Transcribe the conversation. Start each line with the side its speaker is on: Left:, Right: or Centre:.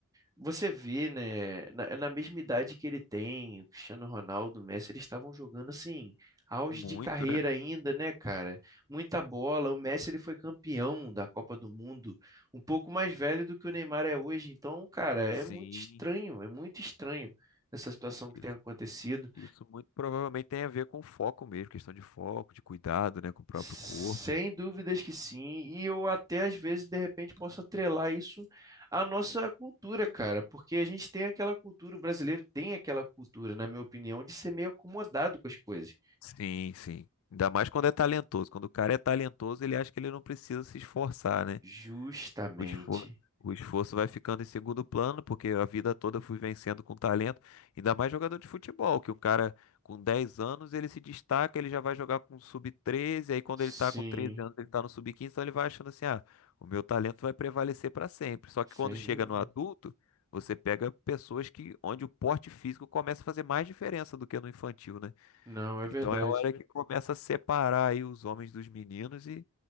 Right: você vê, né, na, na mesma idade que ele tem, o Cristiano Ronaldo, o Messi, eles estavam jogando assim, auge
Left: Muito,
Right: de carreira
Left: né?
Right: ainda, né, cara? Muita bola. O Messi, ele foi campeão da Copa do Mundo, um pouco mais velho do que o Neymar é hoje. Então, cara, é
Left: Sim,
Right: muito estranho, é muito estranho essa situação que
Left: isso,
Right: tem acontecido.
Left: isso muito provavelmente tem a ver com foco mesmo, questão de foco, de cuidado, né, com o próprio
Right: Sem
Left: corpo.
Right: dúvidas que sim, e eu até às vezes de repente posso atrelar isso à nossa cultura, cara, porque a gente tem aquela cultura, o brasileiro tem aquela cultura, na minha opinião, de ser meio acomodado com as coisas.
Left: Sim, sim. Ainda mais quando é talentoso. Quando o cara é talentoso, ele acha que ele não precisa se esforçar, né?
Right: Justamente.
Left: O esforço, o esforço vai ficando em segundo plano, porque a vida toda eu fui vencendo com talento, ainda mais jogador de futebol, que o cara com 10 anos ele se destaca, ele já vai jogar com sub treze aí quando
Right: Sim,
Left: ele tá com 13 anos ele tá no sub quinze então ele vai achando assim, ah, o meu talento vai prevalecer para sempre. Só
Right: sem
Left: que quando chega
Right: dúvida.
Left: no adulto, você pega pessoas que onde o porte físico começa a fazer mais diferença do que no infantil, né?
Right: Não, é verdade.
Left: Então é a hora que começa a separar aí os homens dos meninos e,